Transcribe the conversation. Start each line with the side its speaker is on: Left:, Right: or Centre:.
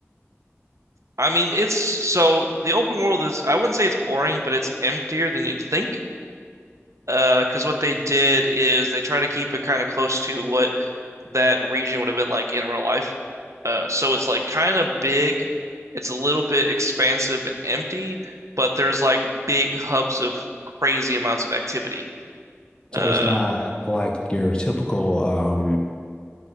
Right: I mean, it's so the open world is, I wouldn't say it's boring, but it's emptier than you'd think. Uh, because what they did is they try to keep it kind of close to what that region would have been like in real life. Uh, so it's like kind of big, it's a little bit expansive and empty, but there's like big hubs of crazy amounts of activity. Uh,
Left: So it's not like your typical um